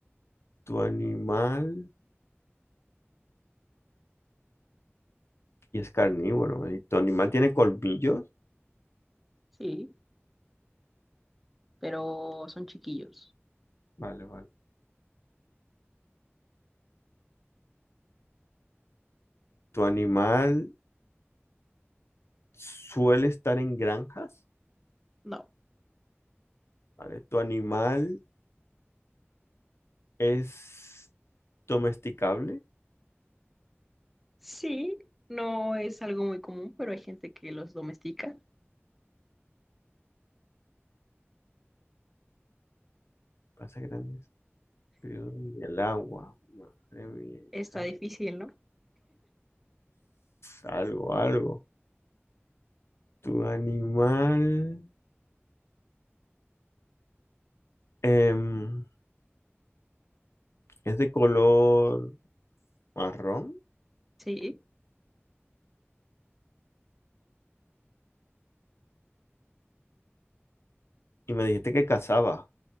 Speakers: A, on the left (about 70°); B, in the centre.
A: Tu animal, y es carnívoro, ¿eh? Tu animal tiene colmillos.
B: Sí. pero son chiquillos.
A: Vale, vale. Tu animal suele estar en granjas,
B: No.
A: ¿vale? Tu animal es domesticable.
B: Sí, no es algo muy común, pero hay gente que los domestica.
A: Pasa grandes periodos en el agua. Madre mía, es
B: Está
A: carne.
B: difícil, ¿no?
A: Algo, algo. Tu animal em, es de color marrón
B: Sí,
A: y me dijiste que cazaba.